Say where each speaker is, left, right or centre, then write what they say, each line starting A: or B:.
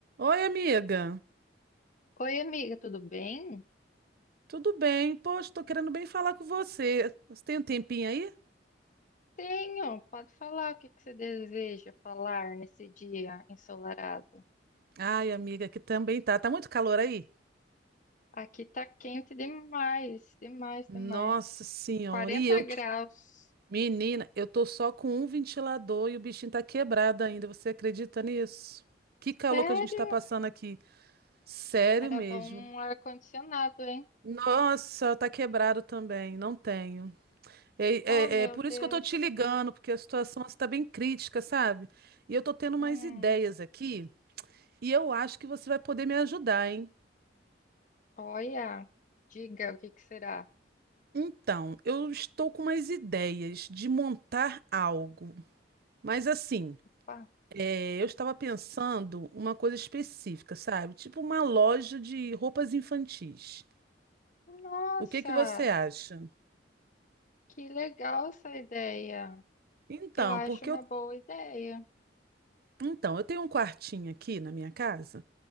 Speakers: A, on the right; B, on the left.
A: Oi, amiga.
B: Oi, amiga, tudo bem?
A: Tudo bem? Poxa, tô querendo bem falar com você. Você tem um tempinho aí?
B: Tenho, pode falar o que que você deseja falar nesse dia ensolarado.
A: Ai, amiga, que também tá. Tá muito calor aí?
B: Aqui tá quente demais, demais,
A: Nossa
B: demais.
A: senhora,
B: 40
A: e eu,
B: graus.
A: menina, eu tô só com um ventilador e o bichinho tá quebrado ainda. Você acredita nisso? Que calor
B: Sério?
A: que a gente tá passando aqui. Sério
B: Era
A: mesmo.
B: bom um ar-condicionado, hein?
A: Nossa, tá quebrado também, não tenho. É,
B: Oh, meu
A: é, é por
B: Deus.
A: isso que eu tô te ligando, porque a situação está bem crítica, sabe? E eu tô tendo umas
B: Hum,
A: ideias aqui. E eu acho que você vai poder me ajudar, hein?
B: olha, diga o que que será.
A: Então, eu estou com umas ideias de montar algo. Mas assim,
B: Pá.
A: eh, eu estava pensando uma coisa específica, sabe? Tipo uma loja de roupas infantis.
B: Nossa,
A: O que que você acha?
B: que legal essa ideia.
A: Então,
B: Eu acho
A: porque
B: uma
A: eu,
B: boa ideia.
A: então, eu tenho um quartinho aqui na minha casa